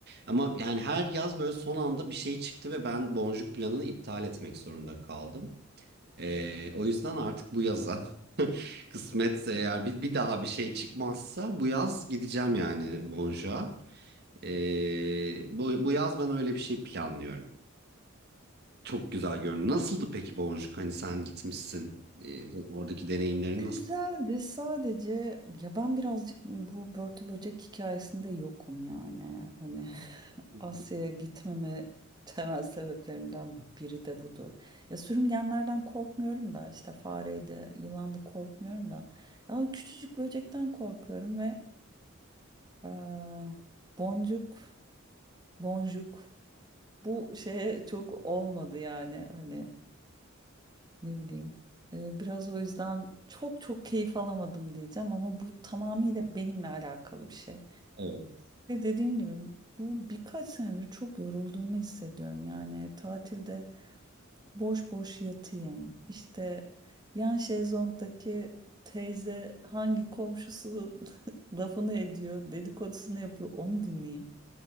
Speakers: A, on the right; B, on the right.
A: Ama yani her yaz böyle son anda bir şey çıktı ve ben Boncuk planını iptal etmek zorunda kaldım. Ee, o yüzden artık bu yaza <laughs> kısmetse eğer bir, bir daha bir şey çıkmazsa bu yaz gideceğim yani Boncuk'a. Ee, bu, bu yaz ben öyle bir şey planlıyorum. Çok güzel görünüyor. Nasıldı peki Boncuk? Hani sen gitmişsin. Ee, de- oradaki deneyimlerin
B: Güzeldi sadece ya ben birazcık bu börtü böcek hikayesinde yokum yani. Hani <laughs>
A: Hı
B: Asya'ya
A: hı.
B: gitmeme temel sebeplerinden biri de budur. Ya sürüngenlerden korkmuyorum da işte fareydi, yılandı korkmuyorum da. Ya küçücük böcekten korkuyorum ve eee, boncuk, boncuk bu şeye çok olmadı yani hani Ne bileyim. Ee, biraz o yüzden çok çok keyif alamadım diyeceğim ama bu tamamıyla benimle alakalı bir şey.
A: Evet.
B: Ve dediğim gibi bu birkaç senedir çok yorulduğumu hissediyorum. Yani tatilde boş boş yatayım. İşte yan şezlongdaki teyze hangi komşusu <laughs> lafını ediyor, dedikodusunu yapıyor onu dinleyeyim.